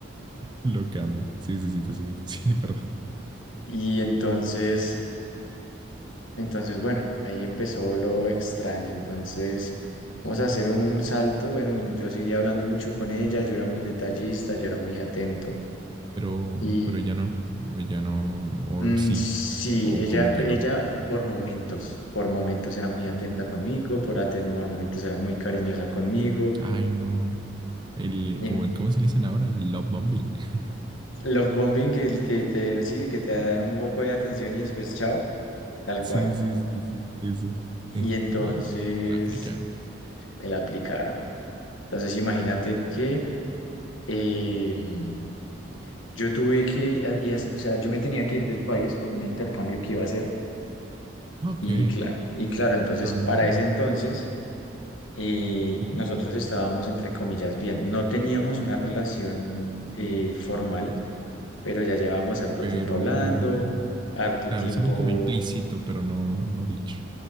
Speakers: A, on the right (about 20°); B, on the left (about 80°).
A: Lo cambia. Sí, sí, sí, te sigue, te sigue, <laughs> perdón.
B: Y entonces, entonces, bueno, ahí empezó lo extraño. Entonces, vamos a hacer un salto. Bueno, bueno, yo seguía hablando mucho con ella, yo era muy detallista, yo era muy atento.
A: Pero,
B: Y
A: pero ya no, o ya no, o
B: mm,
A: sí,
B: sí,
A: o
B: ella,
A: como que
B: ella
A: no.
B: por momentos, por momentos era muy atenta conmigo, por, aten- por momentos era muy cariñosa conmigo.
A: Ay, no. El,
B: En
A: como el, ¿cómo se le dicen ahora? El love bombing. <laughs>
B: los bombing que, que te, sí, que te dan un poco de atención y después chao, tal
A: Sí,
B: cual.
A: sí, sí, sí, eso.
B: y entonces
A: No, hombre, para aplicar.
B: me la aplicaron. Entonces imagínate que em, yo tuve que, a- y es- o sea, yo me tenía que ir del país por un intercambio que iba a hacer
A: Ok.
B: y, cla- y claro, entonces
A: ah,
B: para ese entonces eh,
A: ujú.
B: nosotros estábamos entre comillas bien, no teníamos una relación eh, formal, pero ya llevábamos harto
A: Pero,
B: tiempo hablando, harto
A: claro,
B: tiempo,
A: es algo como implícito, pero no, no dicho,